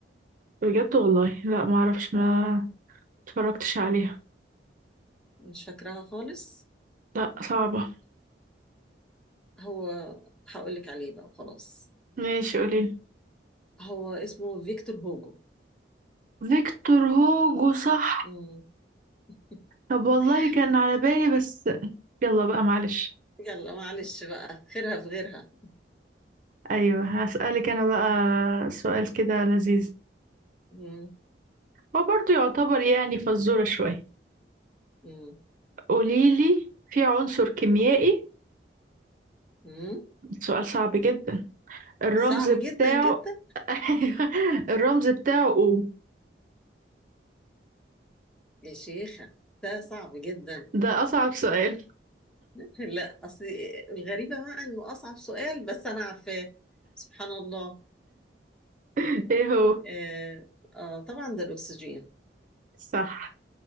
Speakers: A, on the right (about 50°); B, in the centre.
A: بجد والله لا ما اعرفش ما
B: اه
A: اتفرجتش عليها
B: مش فاكراها خالص
A: لا صعبة
B: هو هقول لك عليه بقى وخلاص
A: ماشي قوليلي
B: هو اسمه فيكتور هوجو
A: فيكتور هوجو صح
B: امم <laughs>
A: طب والله كان على بالي بس يلا بقى معلش
B: يلا معلش بقى خيرها في غيرها
A: ايوه هسألك انا بقى سؤال كده لذيذ
B: <laughs> مم.
A: هو برضو يعتبر يعني فزورة شوية
B: مم.
A: قوليلي في عنصر كيميائي
B: مم.
A: سؤال صعب جدا الرمز
B: صعب
A: بتاعه
B: جدا جدا
A: <laughs> الرمز بتاعه O
B: يا شيخة ده صعب جدا
A: ده أصعب سؤال
B: <laughs> لا اصل الغريبة بقى انه اصعب سؤال بس انا عارفاه سبحان الله
A: <laughs> ايه هو
B: آه, اه طبعا ده الاكسجين
A: صح